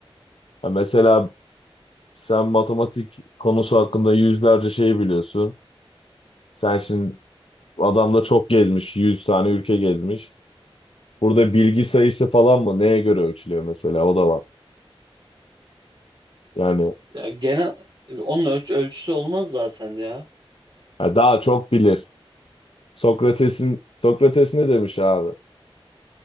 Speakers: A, on the left; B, on the right.
A: Ya mesela sen matematik konusu hakkında yüzlerce şey biliyorsun. Sen şimdi adam da çok gezmiş, 100 tane ülke gezmiş. Burada bilgi sayısı falan mı? Neye göre ölçülüyor mesela? O da var. Yani,
B: Ya genel onun ölç- ölçüsü olmaz zaten ya.
A: yani daha çok bilir. Sokrates'in Sokrates ne demiş abi?